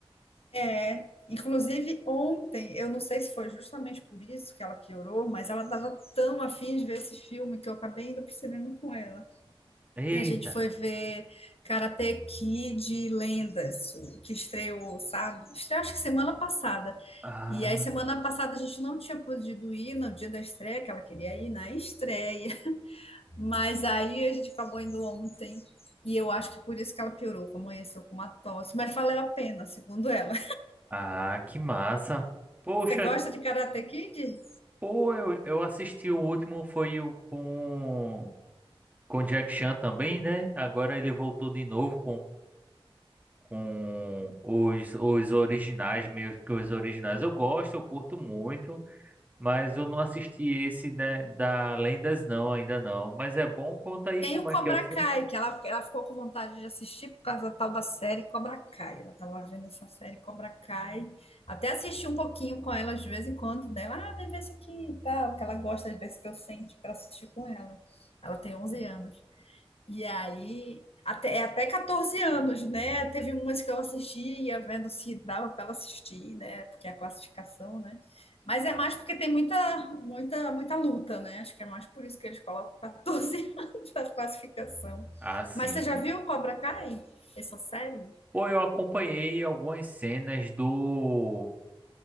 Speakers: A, on the left; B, on the right.
A: É, inclusive ontem, eu não sei se foi justamente por isso que ela piorou, mas ela estava tão afim de ver esse filme que eu acabei indo pro cinema com ela.
B: Eita,
A: A gente foi ver Karate Kid Lendas, o que estreou, sabe? Estreou acho que semana passada.
B: ah,
A: E aí, semana passada, a gente não tinha podido ir no dia da estreia, que ela queria ir na estreia. Mas aí a gente acabou indo ontem e eu acho que por isso que ela piorou, que amanheceu com uma tosse, mas valeu a pena, segundo ela.
B: ah, que massa.
A: <laughs>
B: Poxa,
A: Você gosta de Karate Kid?
B: pô, eu, eu assisti o último, foi o com, com Jack Chan também, né? Agora ele voltou de novo com os, os originais, meio que os originais. Eu gosto, eu curto muito, mas eu não assisti esse da, da Lendas, não, ainda não. Mas é bom, conta aí
A: Tem
B: como
A: o
B: é
A: Cobra
B: que é o filme.
A: Kai, que ela, ela ficou com vontade de assistir por causa da tal da série Cobra Kai. Ela tava vendo essa série Cobra Kai. Até assisti um pouquinho com ela de vez em quando dela. Ah, vê esse aqui e tal, que ela gosta de ver se que eu sente para assistir com ela. Ela tem 11 anos. E aí, até, é até 14 anos, né? Teve umas que eu assistia, vendo se dava para ela assistir, né? Porque é a classificação, né? Mas é
B: Ah,
A: mais porque tem muita, muita, muita luta, né? Acho que é mais por isso que eles colocam 14 <laughs> anos para classificação.
B: ah, sim.
A: Mas você já viu Cobra Kai? Essa série?
B: Pô, eu acompanhei algumas cenas do